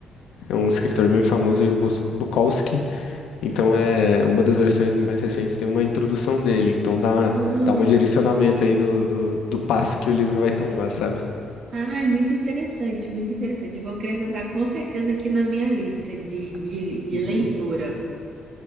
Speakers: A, on the left; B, on the right.
A: é um escritor bem famoso, o Bus- Bukowski. Então, é uma das versões mais recentes tem uma introdução dele. Então, dá,
B: Uhum.
A: dá um direcionamento aí do, do, do passo que o livro vai tomar, sabe?
B: Ah, é muito interessante, muito interessante. Eu vou acrescentar com certeza aqui na minha lista de, de, de
A: Uhum.
B: leitura.